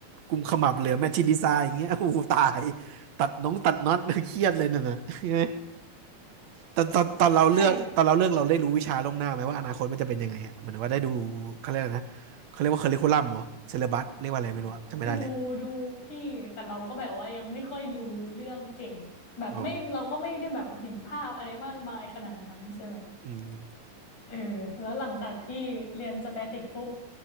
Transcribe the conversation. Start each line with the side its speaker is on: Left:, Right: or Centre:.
Right: กุมขมับเหลือแมชชีนดีไซน์อย่างเงี้ยโอ้โหตายตัดน้องตัดน็อต <laughs> เครียดเลยนั่นน่ะ <laughs> ใช่ไหม ตอนตอนตอนเราเลือกตอนเราเลือกเราได้รู้วิชาล่วงหน้าไหมว่าอนาคตมันจะเป็นยังไงอ่ะเหมือนว่าได้ดู
Left: <laughs> ใช่
Right: เขาเรียกอะไรนะเขาเรียกว่าเคอริคูลัมเหรอเซเลบัสเรียกว่าอะไรไม่รู้อะจำไม่ได้แหละ
Left: ดูดูพี่แต่เราก็แบบว่ายังไม่ค่อยรู้เรื่องเก่งแบบไม่เราก็ไม่ได้แบบเห็นภาพอะไรมากมายขนาดนั้นใช่ไหม
Right: อ๋ออืม
Left: เออแล้วหลังจากที่เรียนสแตติกปุ๊บ